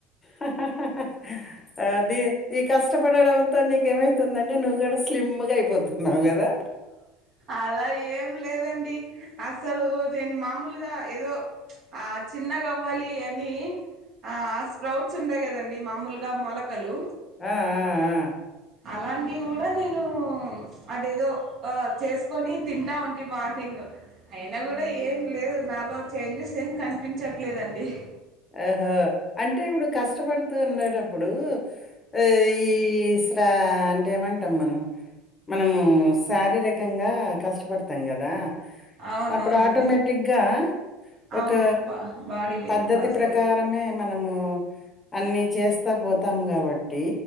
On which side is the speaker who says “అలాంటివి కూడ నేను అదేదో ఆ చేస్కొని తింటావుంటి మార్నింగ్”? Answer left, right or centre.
Right